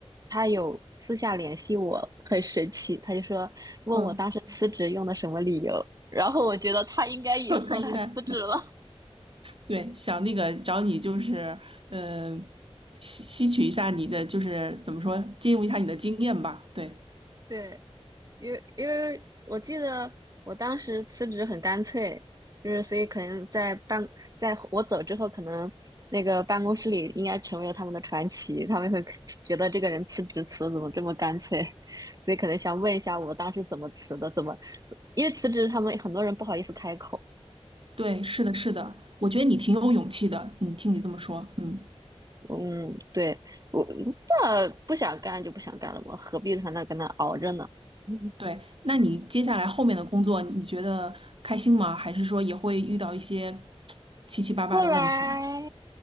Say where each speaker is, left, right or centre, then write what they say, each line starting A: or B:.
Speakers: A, on the right; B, on the right.
A: 她有私下联系我，很神奇，她就说问我当时辞职用的什么理由，
B: <laughs>。嗯，
A: 然后我觉得她应该也后来辞职了。
B: <laughs> 他应该对想那个找你就是，呃，吸吸取一下你的就是怎么说，借用一下你的经验吧。对
A: <laughs> 对，因为因为我记得我当时辞职很干脆，就是所以可能在办，在我走之后，可能那个办公室里应该成为了他们的传奇，他们会觉得这个人辞职辞的怎么这么干脆，<laughs> 所以可能想问一下我当时怎么辞的，怎么，因为辞职他们很多人不好意思开口，
B: 对，是的，是的，我觉得你挺有勇气的。嗯，听你这么说，嗯，
A: 嗯，对，我那不想干就不想干了嘛，何必在那跟那熬着呢？<laughs>
B: 对。那你接下来后面的工作，你觉得开心吗？还是说也会遇到一些 <tsk> 七七八八的问题？
A: 后来，